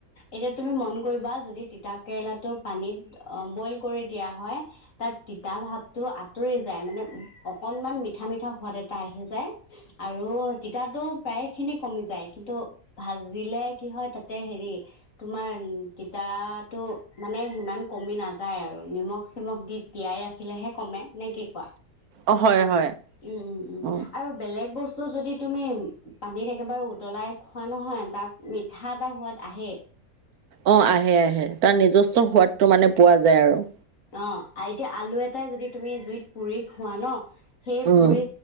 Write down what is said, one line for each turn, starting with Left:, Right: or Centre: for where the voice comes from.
Left: এতিয়া তুমি মন কৰিবা, যদি তিতাকেৰেলাটো পানীত বইল কৰি দিয়া হয় তাত তিতা ভাৱটো আঁতৰি যায়, মানে অকনমান মিঠা-মিঠা সোৱাদ এটা আহি যায়। আৰু তিতা প্ৰায় খিনি কমি যায়, কিন্তু ভাজিলে কি হয়, তাতে হেৰি তোমাৰ তিতাটো মানে সিমান কমি নাযায় আৰু, নিমখ-চিমখ দি তিয়াই ৰাখিলেহে কমে, নে কি কোৱা,
Right: অ হয়
Left: উমঁ'
Right: হয়
Left: উমঁ' উমঁ'
Right: অ
Left: আৰু বেলেগ বস্ত বস্তু যদি তুমি পানীত একেবাৰে উতলাই খোৱা নহয় তাত মিঠা এটা সোৱাদ আহেই।
Right: অঁ' আহে আহে তাৰ নিজস্ব সোৱাদটো মানে পোৱা যায় আৰু।
Left: অঁ' এতিয়া আলু এটাই যদি তুমি জুইত পুৰি খোৱা ন' সেই
Right: উম
Left: পুৰি